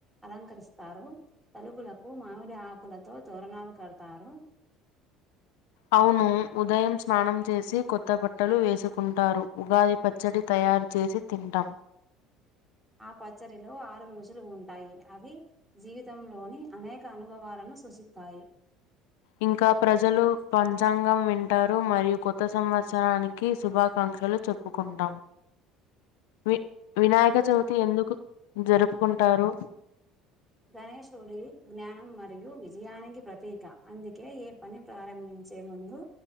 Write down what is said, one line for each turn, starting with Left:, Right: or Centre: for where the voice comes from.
Centre: అలంకరిస్తారు తలుపులకు మామిడి ఆకులతో తోరణాలు కడతారు
Left: అవును ఉదయం స్నానం చేసి కొత్త బట్టలు వేసుకుంటారు ఉగాది పచ్చడి తయారు చేసి తింటాం
Centre: ఆ పచ్చడిలో ఆరు రుచులు ఉంటాయి అవి జీవితంలోని అనేక అనుభవాలను సూచిస్తాయి
Left: ఇంకా ప్రజలు పంచాంగం వింటారు మరియు కొత్త సంవత్సరానికి శుభాకాంక్షలు చెప్పుకుంటాం వి వినాయక చవితి ఎందుకు జరుపు కుంటారు
Centre: గణేషుడి జ్ఞానం మరియు విజయానికి ప్రతీక అందుకే ఏ పని ప్రారంభించే ముందు